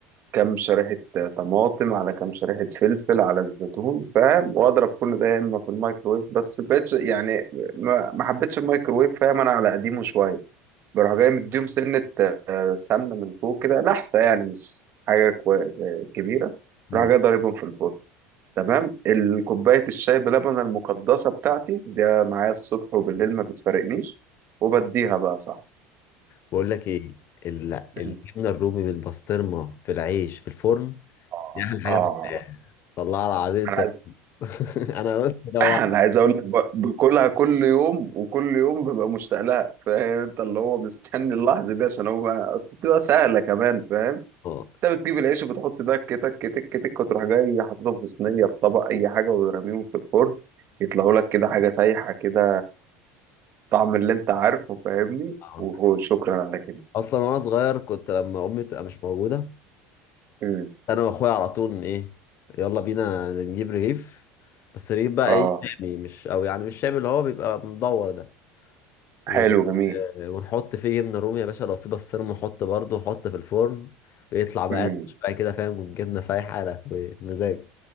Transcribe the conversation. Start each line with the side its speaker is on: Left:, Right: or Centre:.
Right: كام شريحه آه، طماطم على كام شريحه فلفل على الزيتون فاهم واضرب كل ده يا اما في الميكرويف بس بقتش يعني ما ما حبيتش الميكرويف فاهم انا على قديمه شويه بروح جاي مديهم سنه آه، سمنه من فوق كده لحسه يعني مش حاجه كوي- آه، كبيره
Left: مم.
Right: بروح جاي ضاربهم في الفرن تمام الكوباية الشاي بلبن المقدسة بتاعتي ده معايا الصبح وبالليل ما بتفارقنيش وبديها بقى صح
Left: بقول لك ايه ال-
Right: مم.
Left: الجبنه الرومي بالبسطرمه في العيش في الفرن
Right: اه
Left: دي احلى حاجه
Right: آه.
Left: في الحياه والله العظيم انت
Right: انا عايز
Left: <laughs> انا بس جوعت
Right: <laughs> انا عايز اقول لك ب- باكلها كل يوم وكل يوم ببقى مشتاق لها فاهم انت اللي هو مستني اللحظه دي عشان هو بقى- اصل بتبقى سهله كمان فاهم
Left: اه
Right: انت بتجيب العيش وبتحط ده تك تك تك تك وتروح جاي حاططهم في صينيه في طبق اي حاجه وترميهم في الفرن يطلعوا لك كده حاجه سايحه كده طعم اللي انت عارفه فاهمني
Left: اه
Right: وهو شكرا على كده
Left: اصلا وانا صغير كنت لما امي تبقى مش موجوده
Right: امم
Left: انا واخويا على طول ن- ايه يلا بينا نجيب رغيف بس رغيف بقى
Right: اه
Left: ايه شامي مش او يعني مش شامي اللي هو بيبقى مدور ده و...
Right: حلو جميل
Left: ونحط فيه جبنه رومي يا باشا لو في بسطرمه نحط برضه نحط في الفرن ويطلع مقرمش
Right: امم
Left: بقى كده فاهم والجبنه سايحه ده ومزاج